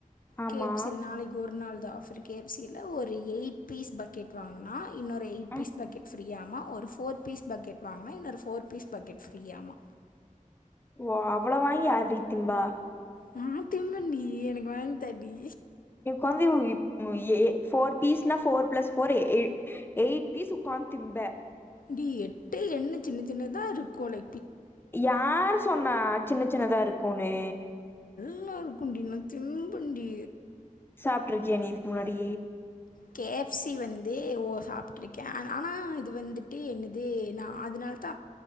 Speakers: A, on the left (about 15°); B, on the left (about 85°).
A: ஆமா
B: கே எஃப் சி நாளைக்கு ஒரு நாள் தா ஆஃபரு கே எஃப் சி ல ஒரு எயிட் பீஸ் பக்கெட் வாங்கனா இன்னொரு எயிட்
A: அஹ்,
B: பீஸ் பக்கெட் ஃப்ரீயாமா ஒரு ஃபோர் பீஸ் பக்கெட் வாங்குனா இன்னொரு ஃபோர் பீஸ் பக்கெட் ஃப்ரீயாமா
A: ஓ அவ்வள வாங்கி யார் டீ திம்பா
B: நா திம்பன்டி எனக்கு வாங்தாடி
A: உக்காந்து உ யிப் உ எ ஃபோர் பீஸ்னா ஃபோர் பிளஸ் ஃபோர் எ எயிட் பீஸ் உக்காந் நா திம்பே
B: டி எட்டு எண்ண சின்ன சின்னதா இருக்குல
A: யாரு சொன்னா சின்ன சின்னதா இருக்குன்னு
B: நல்லாருக்குன்டி நா திம்பன்டி
A: சாப்ட்ருக்கியா நீ இதுக்கு முன்னாடி
B: கே எஃப் சி வந்து ஓ சாப்ட்ருக்க ஆனா இது வந்துட்டு என்னது நா அதுனா த்தா